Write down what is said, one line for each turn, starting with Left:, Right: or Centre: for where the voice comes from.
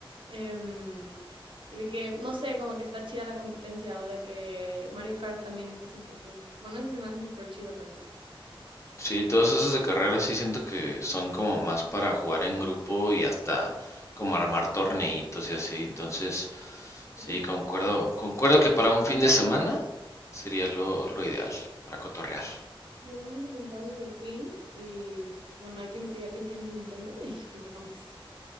Right: Em, y de que, no sé, como que está chida la competencia o de que Mario Kart también está súper cool. Bueno, ese se me hace súper chido también.
Left: Sí, todos esos de carrera sí siento que son como más para jugar en grupo y hasta como armar torneitos y así. Entonces, sí,
Right: Perfecto.
Left: concuerdo, concuerdo que para un fin de semana sería lo, lo ideal para cotorrear.
Right: Sí, Vamos a juntarnos al fin y bueno, hay que investigar quién tiene un Nintendo y jugamos.